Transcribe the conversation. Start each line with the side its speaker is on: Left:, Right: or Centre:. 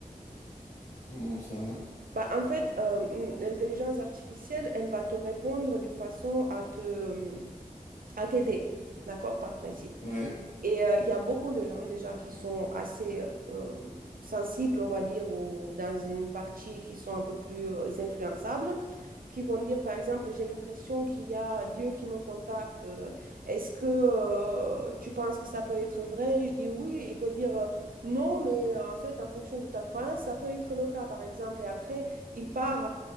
Left: Comment ça, hein
Right: Bah, en fait, euh, une- l'intelligence artificielle, elle va te répondre d'une façon à te, à t'aider, d'accord, par principe.
Left: Ouais.
Right: Et euh, il y a beaucoup de gens déjà qui sont assez euh, sensibles, on va dire, ou dans une partie qui sont un peu plus euh, influençables, qui vont dire, par exemple, j'ai l'impression qu'il y a Dieu qui me contacte. Euh, Est-ce que euh, tu penses que ça peut être vrai? Je dis oui. Il peut dire euh, non, mais euh, en fait, en fonction de ta croyance, ça peut être le cas, par exemple. Et après, il part